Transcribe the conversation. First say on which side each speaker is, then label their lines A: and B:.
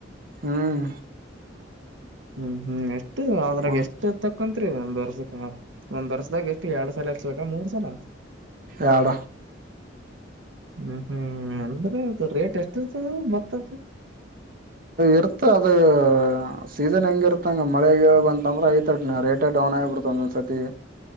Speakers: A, on the right (about 50°); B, on the right (about 80°).
A: ಹುಂ
B: ಹುಂ ಹುಂ ಅಷ್ಟು ಆದ್ರಾಗ
A: ಹ
B: ಎಷ್ಟು ತಕ್ಕಂತ್ರಿ ಒಂದ್ ವರ್ಷಕ್ಕ ಒಂದ್ ವರ್ಷದಾಗ ಎಷ್ಟು ಎರಡ್ ಸಲ ಹಚ್ ಬೇಕಾ ಮೂರ್ ಸಲ ಆತ
A: ಎಡ
B: ಹುಂ ಹುಂ ಅಂದ್ರೆ ಅದು ರೇಟ್ ಎಷ್ಟ ಇರ್ತದ ಮತ್ತದು
A: ಇರ್ತ ಅದ ಸೀಸನ್ ಹೆಂಗ ಇರ್ತಂಗ ಮಳೆಗ ಬಂತಂದ್ರ ಐತ ರೇಟ ಡೌನ್ ಆಗಿಬಿಡ್ತ ಒಂದೊಂದ್ಸತಿ